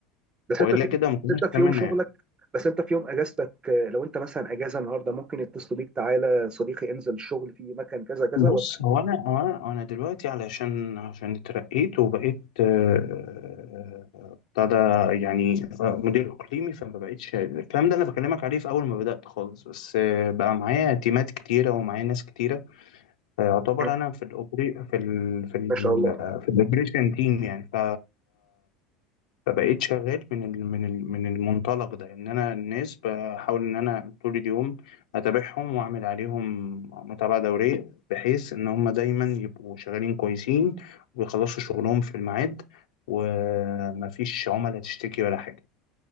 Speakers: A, on the right; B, on the left.
A: بس
B: وإلا
A: انت في
B: كده
A: بس
B: ما كناش
A: انت في
B: تمنا
A: يوم شغلك
B: يعني
A: بس انت في يوم اجازتك آه، لو انت مثلا اجازه النهارده ممكن يتصلوا بيك تعالى صديقي انزل الشغل في مكان كذا كذا
B: بص
A: ولا
B: هو أنا هو أنا أنا دلوقتي علشان عشان اترقيت وبقيت آه، آه، ابتدى يعني آه، مدير إقليمي فما بقتش الكلام ده اللي بكلمك عليه في أول ما بدأت خالص بس آه، بقى معايا تيمات كتيرة ومعايا ناس كتيرة فيعتبر
A: مم.
B: انا في الاوبري في ال في ال
A: ما شاء الله
B: في الاوبريشن تيم يعني ف فبقيت شغال من ال من ال من المنطلق ده ان انا الناس بحاول ان انا طول اليوم اتابعهم واعمل عليهم متابعه دوريه بحيث ان هم دايما يبقوا شغالين كويسين ويخلصوا شغلهم في الميعاد ومفيش عملاء تشتكي ولا حاجه